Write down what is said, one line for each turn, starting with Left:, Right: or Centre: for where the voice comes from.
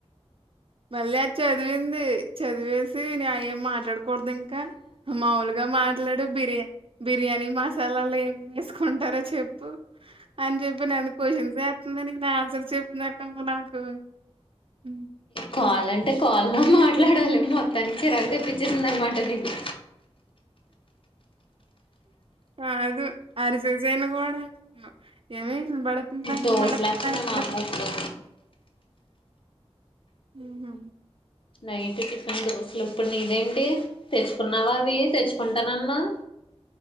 Right: మళ్ళీ అది చదివింది చదివేసి న్యాయం మా మాట్లాడకూడదింకా మాములుగా మాట్లాడు బిర్యా బిర్యానీ మసాలాలు ఏం మెసుకుంటారో చెప్పు అని చెప్పి నన్ను క్వశ్చన్ ఏతున్ నేను ని ఆన్సర్ చెప్పినట్టుంది నాకు ఉ
Left: కాల్ అంటే కాల్లో మాట్లాడాలి మొత్తానికి చిరాకు తెప్పించిసిందనమాట నీకు
Right: కాదు అరిచేసేను కూడా ఆ ఎవె ఇంబడుతుంద ఇంబడతుంద
Left: దోశలేస్తుంది
Right: ఇంబడ
Left: మా అమ్మ ఇప్పుడు
Right: ఉహు
Left: నైట్ టిఫెన్ దోశలు ఇప్పుడు నీదేంటి తెచ్చుకున్నావా అవి తెచ్చుకుంటానన్నవ్